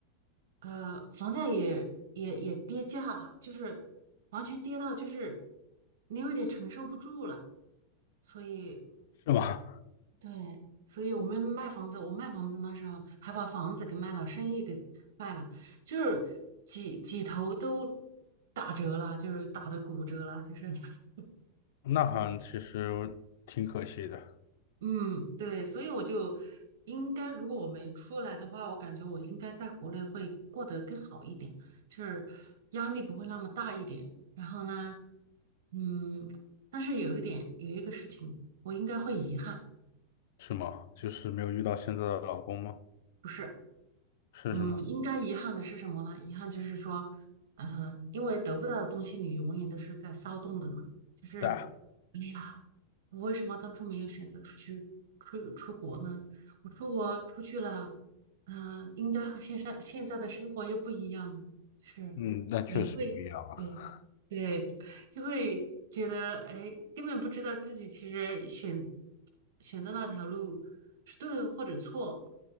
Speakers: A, on the right (about 55°); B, on the left (about 50°).
A: 呃房价也也也跌价了，就是完全跌到就是你有点承受不住了，所以
B: 是吗
A: 对，所以我们卖房子，我卖房子那时候还把房子给卖了，生意给卖了，就是几几头都打折了，就是打的骨折了，就是 <laughs>
B: <laughs>？那好像其实挺可惜的，
A: 嗯，对，所以我就应该，如果我没出来的话，我感觉我应该在国内会过得更好一点，就是压力不会那么大一点。然后呢，嗯，但是有一点，有一个事情，我应该会遗憾。
B: 是吗？就是没有遇到现在的老公吗？
A: 不是。
B: 是是吗？
A: 嗯，应该遗憾的是什么呢？遗憾就是说，嗯、因为得不到的东西，你永远都是在骚动的嘛。就是，
B: 对啊
A: 哎呀，我为什么当初没有选择出去出出国呢？我出国出去了，嗯、应该和现在现在的生活又不一样了。就是也会，
B: 嗯，那确实不一样啊。
A: 对对，就会觉得，哎，根本不知道自己其实选选的那条路是对或者错，